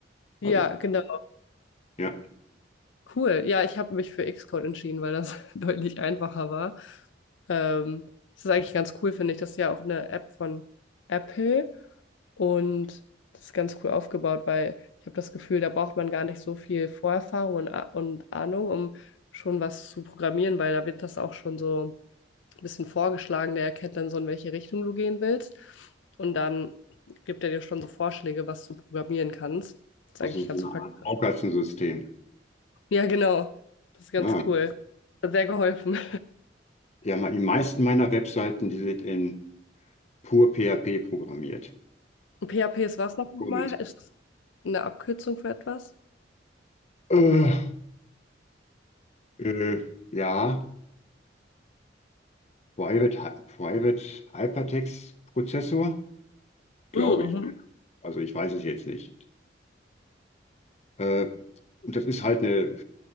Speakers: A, on the left; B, on the left.
A: Also,
B: Ja, genau.
A: ja,
B: Cool. Ja, ich habe mich für Xcode entschieden, weil das <laughs> deutlich einfacher war. Ähm, das ist eigentlich ganz cool, finde ich. Das ist ja auch eine App von Apple und das ist ganz cool aufgebaut, weil ich habe das Gefühl, da braucht man gar nicht so viel Vorerfahrung und, Ah- und Ahnung, um schon was zu programmieren, weil da wird das auch schon so ein bisschen vorgeschlagen. Der erkennt dann so, in welche Richtung du gehen willst. Und dann gibt er dir schon so Vorschläge, was du programmieren kannst. Das ist
A: also
B: eigentlich
A: so
B: ganz
A: eine
B: praktisch.
A: Art Baukastensystem.
B: Ja, genau. Das ist ganz
A: Ah,
B: cool. Das hat sehr geholfen.
A: Ja, ma- die meisten meiner Webseiten, die sind in pur PHP programmiert.
B: Und PHP ist was nochmal?
A: Pur Mensch.
B: Ist das eine Abkürzung für etwas?
A: Äh, äh, ja, Private, Hy- Private Hypertext Prozessor, glaube
B: Mhm.
A: ich. Also ich weiß es jetzt nicht. Äh, und das ist halt eine,